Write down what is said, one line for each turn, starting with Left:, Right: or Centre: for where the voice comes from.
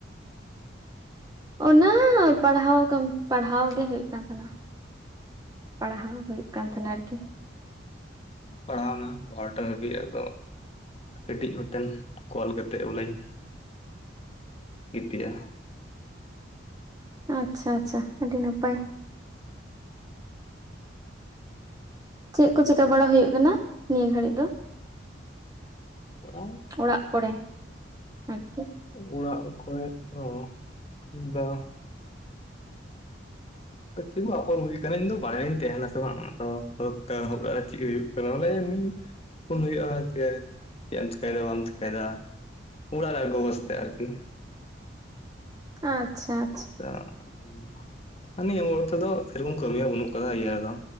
Right: ᱚᱱᱟ ᱯᱟᱲᱦᱟᱣ ᱠᱟ, ᱢ ᱯᱟᱲᱦᱟᱣ ᱜᱮ ᱦᱩᱭᱩᱜ ᱠᱟᱱ ᱛᱟᱦᱮᱱᱟ ᱯᱟᱲᱦᱟᱣ ᱦᱩᱭᱩᱜᱼᱼ ᱠᱟᱱ ᱛᱟᱦᱮᱱᱟ ᱠᱤ᱾
Left: ᱯᱟᱲᱦᱟᱣᱱᱟ ᱵᱟᱨᱴᱟ ᱦᱟᱹᱵᱤᱡ ᱟᱫᱚ ᱠᱟᱹᱴᱤᱡ ᱢᱤᱫᱴᱮᱱ ᱠᱚᱞ ᱠᱟᱛᱮᱫ ᱵᱚᱞᱮᱧ, ᱜᱤᱛᱤᱜᱼᱟ ᱾
Right: ᱟᱪᱪᱷᱟ ᱟᱪᱪᱷᱟ ᱟᱹᱰᱤ ᱱᱟᱯᱟᱭ ᱾ ᱪᱮᱜ ᱠᱚ ᱪᱤᱠᱟᱹ ᱵᱟᱲᱟ ᱦᱩᱭᱩᱜ ᱠᱟᱱᱟ ᱱᱤᱭᱟᱹ ᱜᱷᱟᱹᱲᱤᱡ ᱫᱚ?
Left: ᱦᱚᱸᱜᱼᱚᱭ ᱾
Right: ᱚᱲᱟᱜ ᱠᱚᱨᱮ ᱟᱨᱠᱤ ᱾
Left: ᱚᱲᱟᱜ ᱠᱚᱨᱮ ᱫᱚ ᱫᱟ ᱪᱟ ᱟᱯᱚᱨ ᱦᱩᱭ ᱠᱟᱱᱟ ᱤᱧ ᱫᱚ ᱵᱟᱝᱤᱧ ᱛᱟᱦᱮᱱᱟᱥᱮ ᱵᱟᱝ <unintelligible> ᱪᱮᱜ ᱦᱩᱭᱩᱜ ᱾ ᱚᱞᱟᱞᱮ ᱮᱢᱱᱤ ᱯᱷᱳᱱ ᱦᱩᱭᱩᱜᱼᱟ ᱪᱮᱜ ᱮᱢ ᱪᱮᱠᱟᱭ ᱫᱟ ᱵᱟᱢ ᱪᱮᱠᱟᱭ ᱫᱟ ᱾ ᱚᱲᱟᱜ ᱨᱮᱠᱚ ᱵᱚᱥᱛᱮ ᱟᱨᱠᱤ,
Right: ᱟᱪᱪᱷᱟ ᱟᱪᱪᱷᱟ ᱾
Left: <unintelligible> ᱱᱤᱭᱟᱹ ᱢᱩᱦᱩᱨ ᱛᱮᱫᱚ ᱥᱮᱨᱚᱠᱚᱢ ᱠᱟᱹᱢᱤ ᱦᱚᱸ ᱵᱟᱹᱱᱩᱜ ᱟᱠᱟᱫᱟ ᱤᱭᱟᱹ ᱨᱮᱫᱚ